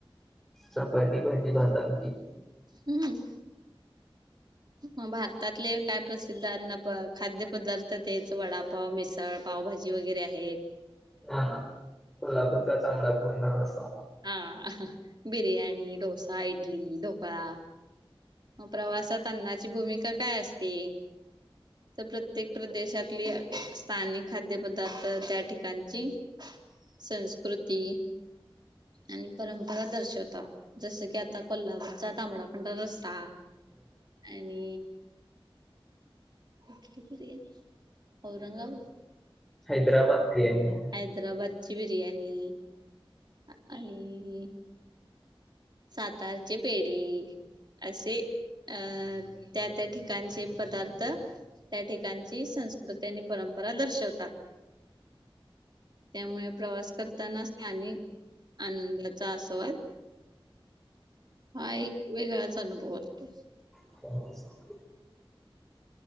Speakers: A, in the centre; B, on the right (about 50°).
A: चपाती, भाजी, भात, आमंटी.
B: हम्म. म, भारतातले काय प्रसिद्ध अन्न खाद्यपदार्थ तेच वडापाव मिसळ पावभाजी वगैरे आहेत.
A: हां, कोल्हापूरचा तांबडा- पांढरा रस्सा.
B: हां, बिर्याणी, डोसा, इडली, ढोकळा. म, प्रवासात अन्नाची भूमिका काय असते, तर प्रत प्रत्येक प्र, देशातली स्थानिक खाद्य पदार्थ त्या ठिकाणची संस्कृती आणि परंपरा दर्शवतात, जसं की आता कोल्हापरचा तांबडा पांढरा रस्सा आणि. उठली कि रे, औरंगाबाद.?
A: हैदराबाद बिर्याणी.
B: हैद्राबादची बिर्याणी, आणि सातारचे पेढे. असे अं त्या- त्या ठिकाणचे पदार्थ. त्या ठिकाणची संसकृ तर त्यांनी परंपरा दर्शवतात, त्यामुळे प्रवास करताना स्थानिक, आनंदाचा आस्वाद. हा एक, वेगळाच अनुभव असतोय.
A: <unintelligible>